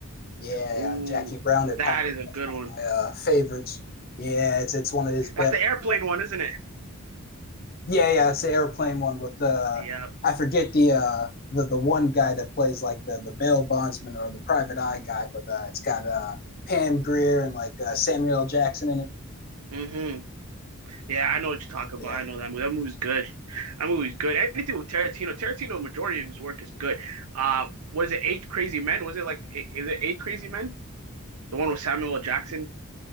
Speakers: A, on the left; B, on the right.
A: Yeah,
B: Ooh,
A: Jackie Brown had
B: that
A: popped
B: is
A: up.
B: a good
A: That's one
B: one.
A: of my uh favorites. Yeah, it's it's one of his best
B: That's the airplane
A: uh,
B: one, isn't it?
A: Yeah, yeah, it's the airplane one with the
B: Yeah.
A: I forget the uh the the one guy that plays like the the bail bondsman or the private eye guy, but uh, it's got uh Pam Grier and like uh, Samuel L. Jackson in it.
B: hmm Yeah, I know what you're talking about.
A: Yeah,
B: I know that movie. That movie's good. That movie's good. Anything with Tarantino, Tarantino, majority of his work is good. Uh, what is it? Eight Crazy Men? Was it like, i- is it Eight Crazy Men? The one with Samuel L. Jackson,